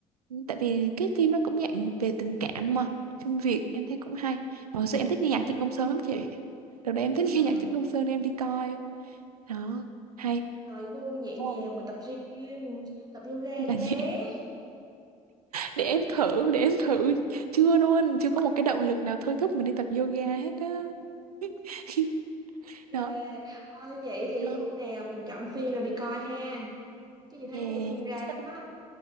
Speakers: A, on the right; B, on the right.
A: tại vì cái phim nó cũng dạng về tình cảm mà phim Việt em thấy cũng hay mà hồi xưa em thích nghe nhạc Trịnh Công Sơn lắm chị đợt đấy em thích
B: yeah.
A: nghe nhạc Trịnh Công Sơn nên em đi coi đó hay
B: trời gu nhẹ
A: Ồ.
B: nhàng mà tập gym tập yoga đi
A: là <laughs>
B: bé
A: gì để em thử để em thử chưa luôn chưa có một cái động lực nào thôi thúc mình đi tập yoga hết á <laughs>
B: ok
A: đó
B: thôi vậy thì
A: đó
B: hôm nào mình chọn phim rồi đi coi ha chứ chị
A: Yeah.
B: thấy nhiều phim ra
A: Sắp
B: lắm á